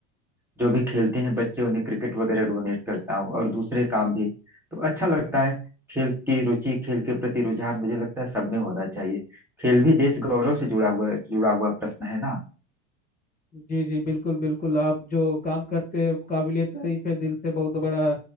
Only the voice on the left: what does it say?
जी जी बिल्कुल बिल्कुल आप जो काम करते हैं काबिलियत तारीफ है दिल से बहुत बड़ा